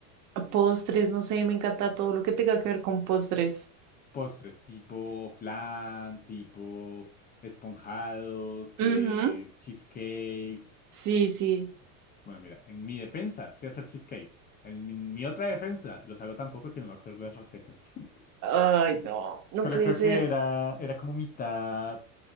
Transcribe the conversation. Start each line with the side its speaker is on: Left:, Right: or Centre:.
Right: Postres, no sé, me encanta todo lo que tenga que ver con postres.
Left: Postres, tipo flan, tipo esponjados,
Right: Ujú,
Left: eh, cheesecakes.
Right: Sí, sí.
Left: Bueno, mira, en mi defensa sé hacer cheesecakes. En mi, mi otra defensa los hago tan poco que no me acuerdo las recetas. <laughs>
Right: Ay, no, no
Left: Pero
Right: puede
Left: creo
Right: ser.
Left: que era, era como mitad